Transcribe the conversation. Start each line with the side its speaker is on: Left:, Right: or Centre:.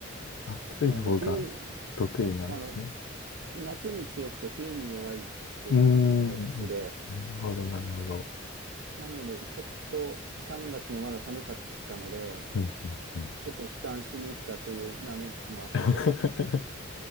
Left: 暑い方が
Right: なので冬、
Left: 得意なんですね。
Right: あの、夏に強くて冬に弱いっていう体質で、
Left: うーん、なるほど、なるほど。
Right: なのでちょっと3月もまだ寒かったので、
Left: うん、うん、うん。
Right: ちょっと悲観しに行ったという面もあって、
Left: <laughs>